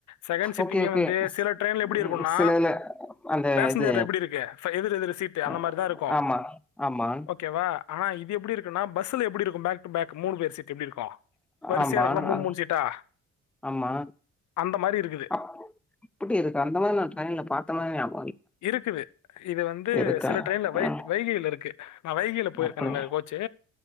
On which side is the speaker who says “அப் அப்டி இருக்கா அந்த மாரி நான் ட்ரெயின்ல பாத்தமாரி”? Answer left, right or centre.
Centre